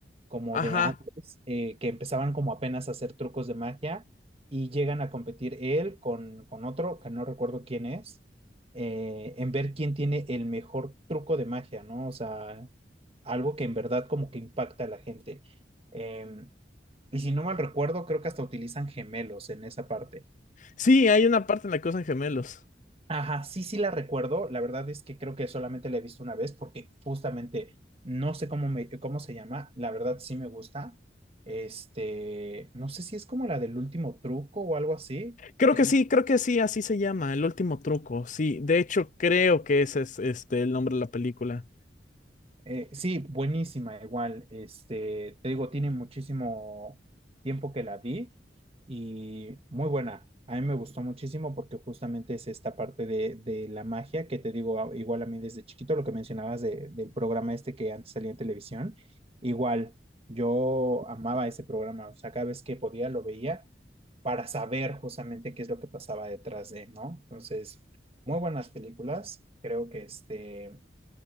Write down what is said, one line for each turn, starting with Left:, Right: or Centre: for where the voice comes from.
Right: como
Left: Ajá.
Right: de antes, eh, que empezaban como apenas a hacer trucos de magia y llegan a competir él con, con otro, que no recuerdo quién es, eh, en ver quién tiene el mejor truco de magia, ¿no? O sea, algo que en verdad como que impacta a la gente. Em, y si no mal recuerdo, creo que hasta utilizan gemelos en esa parte.
Left: Sí, hay una parte en la que usan gemelos.
Right: Ajá, sí, sí la recuerdo. La verdad es que creo que solamente la he visto una vez porque justamente no sé cómo me, cómo se llama. La verdad sí me gusta. Este, no sé si es como la del último truco o algo así.
Left: Creo
Right: Tengo-
Left: que sí, creo que sí, así se llama, el último truco. Sí, de hecho creo que ese es este el nombre de la película.
Right: Eh, sí, buenísima, igual. Este, te digo, tiene muchísimo tiempo que la vi y muy buena. A mí me gustó muchísimo porque justamente es esta parte de, de la magia que te digo, a- igual a mí desde chiquito, lo que mencionabas de- del programa este que antes salía en televisión, igual yo amaba ese programa, o sea, cada vez que podía lo veía para saber justamente qué es lo que pasaba detrás de, ¿no? Entonces, muy buenas películas, creo que este